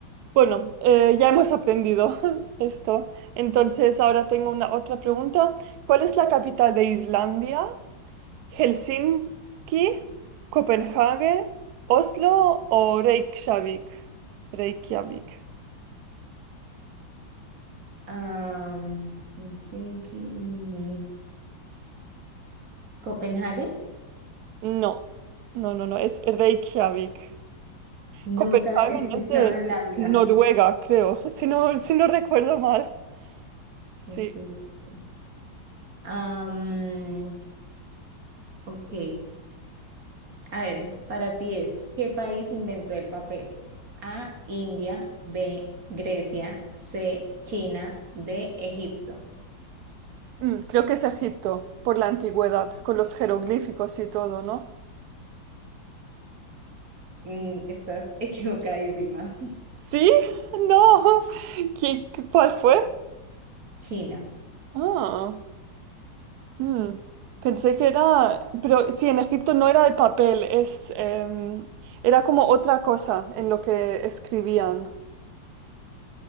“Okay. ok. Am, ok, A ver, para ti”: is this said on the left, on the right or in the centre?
Right